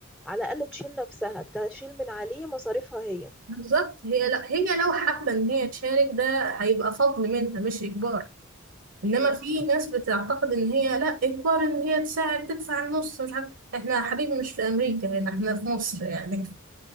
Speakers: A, in the centre; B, on the right.
A: على الاقل تشيل نفسها تشيل من عليه مصاريفها هي
B: فبالظبط هي لا هي لو حابة إن هي تشارك ده هيبقى فضل منها مش إجبار إنما
A: ايوه
B: في
A: صح
B: ناس بتعتقد إن هي لا إجبار إن هي تساعد تدفع النص مش عارف إحنا يا حبيبي مش في أمريكا هنا إحنا في مصر يعني